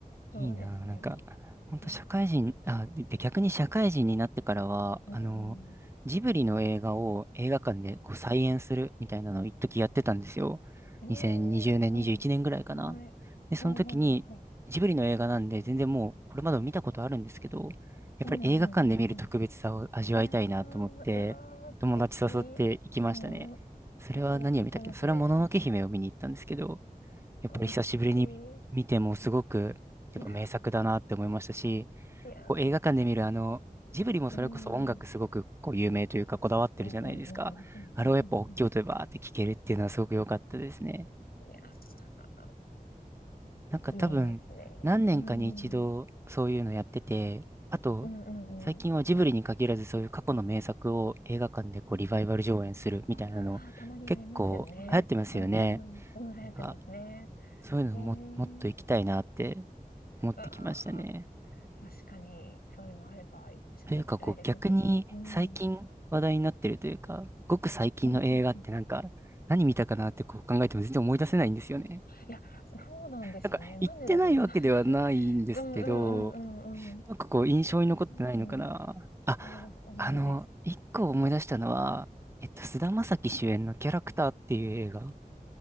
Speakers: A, on the left; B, on the right.
A: そう、
B: いいなぁ。
A: ですね。
B: なんか、本当社会人、
A: いや、
B: あ、で、で逆に社会人になってからは、
A: うーん。
B: あの、ジブリの映画を映画館でこう再演するみたいなのを一時やってたんですよ。
A: ええ、
B: 2020年、
A: は
B: 21年ぐらいかな。
A: い。はい。
B: で、その時に、
A: ほうほうほうほ
B: ジブリの映画なんで、全然もうこれまでも見たことあるんですけど、やっぱり映画館で見る特別さを味わいたいなと思って、
A: う。うんうんうんうん。いやー、うわー、素敵。
B: 友達誘って行きましたね。
A: うん。い
B: それは何を見たっけなそれはもののけ姫を見に行ったんですけど、
A: や、それ最高ですね。
B: やっぱり久しぶりに見てもすごくやっぱ名作だなって思いましたし、
A: これ、っちゃい。いやー、いや。
B: こう映画館で見るあの、ジブリもそれこそ音楽すごくこう有名というかこだわってるじゃないですか。
A: うーん。うんうんうんうん。うんうんうんうん。
B: あれをやっぱ大きい音でバーって聴けるっていうのはすごく良かったですね。
A: いやー、
B: なんか多分何年かに一度そういうのやってて、
A: いいですね。うん。うん
B: あと
A: うん
B: 最近はジブリに限らずそういう過去の名作を映画館でこうリバイバル上演するみたいなの結構流行ってますよね。
A: うん。ああ、たまにありますよね。うんうんうん。うん、流行ってますね。
B: なんかそういうのも、
A: へえ。
B: もっと行きたいなって思ってきましたね。
A: わあ、確かにそういうのあれば、私も行きたいです、
B: というか、こう逆に最近話題になってるというか、
A: ぜひ。うん。
B: ごく最近の映画ってなんか何見たかなってこう考えても全然思い出せないんですよね。
A: うん、うんうん。いや、そうなんですよね。
B: なんか行ってないわけではないんですけど、
A: なんでだろうと思って。うんうんうんうんうん。
B: なんかこう印象に残ってないのかな。
A: うん、うん。
B: あ、
A: そう、同じです。
B: あの、一個思い出したのは、えっと、菅田将暉主演のキャラクターっていう映画